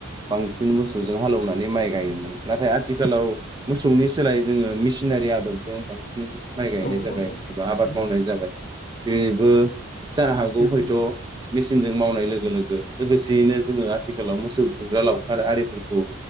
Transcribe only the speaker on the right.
बांसिन मोसौजों हालौनानै माइ गायोमोन नाथाय आ थिखालाव मोसौनि सोलाय जोङो मिसिनारि आदबजों बांसिन माइ गायनाय
जाबाय
एबा
आबाद मावनाय जाबाय। बेबो जानो हागौ
हयथ' मिस मावनाय लोगो लोगो लोगोसेयैनो जोङो आथिखालाव मोसौ गुमग्रा लावखार आरिफोरखौ